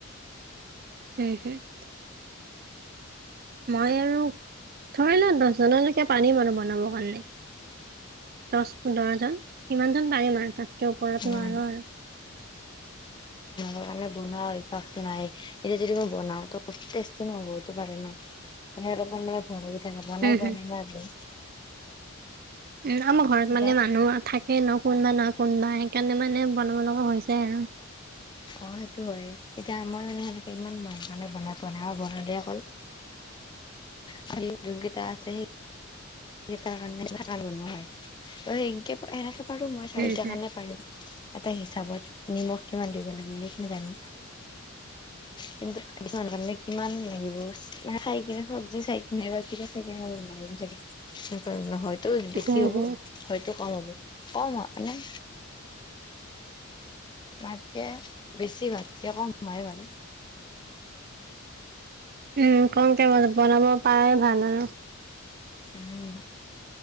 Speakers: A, on the right; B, on the left.
A: হেহেত মই আৰু ধৰি লোৱা দহজনলৈকে পাৰিম আৰু বনাবৰ কাৰণে- দহ পোন্ধৰজন সিমানজন পাৰিম আৰু তাতকৈ ওপৰত
B: উম
A: নোৱাৰোঁ। আৰু
B: কাৰণে বনোৱা অভ্যাসটো নাইে এতিয়া যদি মই বনাও তেষ্টি নহব পাৰে ন। আপুনি দেখোন বনাই থাক বনাই
A: উম হম
B: বনাই একদম
A: উ আমাৰ ঘৰত
B: এতিয়া
A: মানে মানুহ থাকে ন কোনোবা নহয় কোনবাই। কেনে মানে বনাব লগা হৈছে যায় আৰু
B: অ সেইটো হয় এতিয়া মই মানে সেনেকে ইমান মানুহ কাৰণে বনাই পোৱা নাই। আৰু বনালে অকল সেই জোনকিতা আছে। কাৰণে ভ বনোৱা হয়। একে এেনেকে পাৰো মই চাৰিাৰ
A: উম হুম।
B: কাৰণে পাৰি। এটা হিচাপত নিমখ কিমান দিব লাগে সেইখিনি জানো।
A: <inaudible>
B: কিন্তু কাৰণে কিমান লাগিব চাই কিনে চব্জি চাই কিনে বা কি নোৱাৰিম চাগে। তেনেকে বাৰু হয়। তটো বেছি
A: হুম
B: হ'ব
A: হুম
B: হয়তো কম হ'ব কম মানে। ভাতকে বেছি ভাতকে কম হয় বাৰু
A: উম কমকে বনাব পাই ভাল আৰু
B: উম